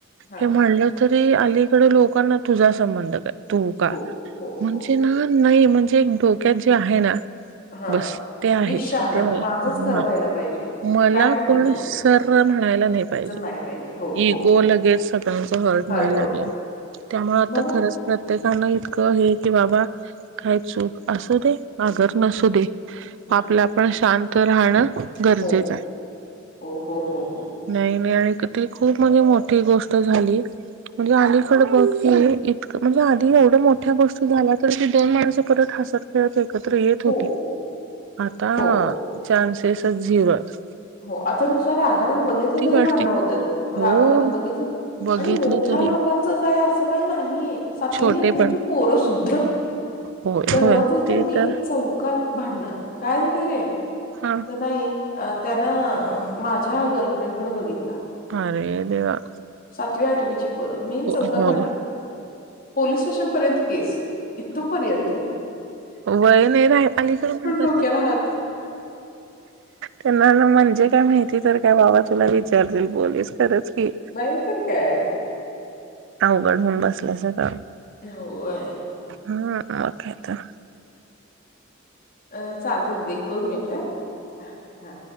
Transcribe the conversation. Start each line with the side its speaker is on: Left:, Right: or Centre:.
Left: हां
Right: हे म्हणलं तरी अलीकडे लोकांना तुझा संबंध काय ोका
Left: हो हो
Right: म्हणजे
Left: हो हो
Right: ना नाही म्हणजे एक डोक्यात जे आहे ना
Left: हां
Right: बस ते आहेच
Left: मीच शहाणा
Right: तेमुळे
Left: माझंच
Right: ह
Left: खरं व्हायला पाहिजे.
Right: मला
Left: ते काय पण होऊ
Right: कोण
Left: दे मग.
Right: सर म्हणायला नाही पाहिजे
Left: च नाही पाहिजे हो हो
Right: इगो लग ह व्हायला
Left: हर्ट होत
Right: लाग त्यामुळे
Left: मला
Right: आ खर प्रत्येकान इं ये के बाबा काही चूक असू दे, अगर नसू दे
Left: हा
Right: आपल्या आपण शांत राहणं गरजेच
Left: हो
Right: आहे
Left: हो हो हो हो
Right: नाही-नाही आणि कि ती खूप म्हणजे मोठी गोष्ट झाली. म्हणजे अलीकड बघ हे इतकं म्हणजे आधी एवढं मोठ्या गोष्टी झाल्या तरी ती दोन माणसं परत हसत खेळत एकत्र येत
Left: हो
Right: होती
Left: हो
Right: आता
Left: हो
Right: चान्सेसच झिरो आहे.
Left: हो आता नुसा रागानं बघितलं तरी
Right: वाटते.
Left: भांडणं होत्यात
Right: हो
Left: रागाने बघितलं
Right: बघितलं
Left: आणि मोठ्या
Right: तरी
Left: लोकांचंच आहे असं काही नाही सातवी
Right: छोटे
Left: आठवीची
Right: पण
Left: पोरं सुद्धा
Right: होय
Left: परवा
Right: होय
Left: तर इथं
Right: ते
Left: मेन
Right: तर
Left: चौकात. भाडणं काय झालं रे?
Right: हा
Left: तर नाही अ त्यांना माझ्या गर्लफ्रेंडकडें बघितला
Right: अरे देवा.
Left: तवी आठवीची पोरं मेन
Right: हो
Left: चौकात भांडण पोलीस स्टेशन पर्यंत केस‌ इथंपर्यंत.
Right: वय नाही राही पण ईथं म्हणतात
Left: डोक्याला
Right: ना
Left: हात
Right: त्यांना न म्हणजे काय माहिती तर काय बाबा तुला विचारतील पोलीस. खरंच की
Left: नाही तर काय?
Right: अवघड होऊन बसलंय सगळं.
Left: हो वे
Right: हम्म म काय त?
Left: अ चालतं <unintelligible> एक दोन मिनट हं.